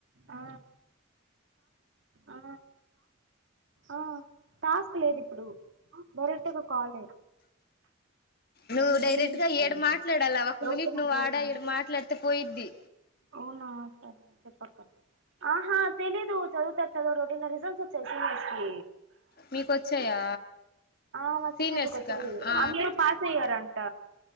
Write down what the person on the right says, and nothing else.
ఆ ఆ ఆ టాస్క్ లేదు ఇప్పుడు డైరెక్టుగా కాలే
ఎన్ని
ఎన్ని మినిట్స్
ఉంది
ఇంకా
ఎవరితో
మాట్లాడుతున్నావు
అవునా సరేలే చెప్పక్క ఆహా తెలీదు చదువుతా చదవ రోడి రిజల్ట్స్ వచ్చాయి సీనియర్స్ కి
ఆ మా
సీనియర్ లకోచ్చాయి
అందరు పాస్ అయ్యారంట